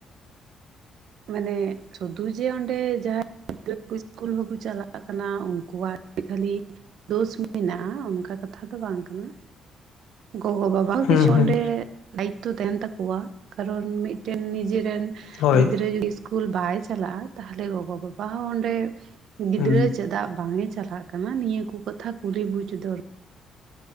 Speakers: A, on the right (about 70°); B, on the left (about 80°).
A: ᱢᱟᱱᱮ ᱥᱩᱫᱷᱩ ᱡᱮ ᱚᱸᱰᱮ ᱡᱟᱦᱟᱸ <inaudible> ᱥᱤᱥᱠᱩᱞ ᱦᱚᱸᱠᱚ ᱪᱟᱞᱟᱜ ᱠᱟᱱᱟ ᱩᱱᱠᱩᱣᱟᱜ ᱠᱷᱟᱹᱞᱤ ᱫᱳᱥ ᱢᱮᱱᱟᱜᱼᱟ ᱚᱱᱠᱟ ᱠᱟᱛᱷᱟ ᱫᱚ ᱵᱟᱝ ᱠᱟᱱᱟ ᱜᱚᱜᱚ ᱵᱟᱵᱟ ᱦᱚᱸ
B: ᱦᱩᱸ
A: ᱠᱤᱪᱷᱩ
B: ᱦᱩᱸ
A: ᱚᱸᱰᱮ ᱫᱟᱭᱤᱛᱛᱚ ᱛᱟᱦᱮᱱ ᱛᱟᱠᱚᱣᱟ ᱠᱟᱨᱚᱱ ᱢᱤᱫᱴᱮᱱ ᱱᱤᱡᱮᱨᱮᱱ
B: ᱦᱳᱭ
A: ᱜᱤᱫ ᱜᱤᱫᱽᱨᱟᱹ ᱡᱩᱫᱤ ᱤᱥᱠᱩᱞ ᱵᱟᱭ ᱪᱟᱞᱟᱜᱼᱟ ᱛᱟᱦᱞᱮ ᱜᱚᱜᱚ ᱵᱟᱵᱟ ᱦᱚᱸ ᱚᱸᱰᱮ ᱜᱤᱫᱽᱨᱟᱹ
B: ᱦᱩᱸ
A: ᱪᱮᱫᱟᱜ ᱵᱟᱝᱮ ᱪᱟᱞᱟᱜ ᱠᱟᱱᱟ ᱱᱤᱭᱟᱹ ᱠᱚ ᱠᱟᱛᱷᱟ ᱠᱩᱞᱤ ᱵᱩᱡ ᱫᱚᱨ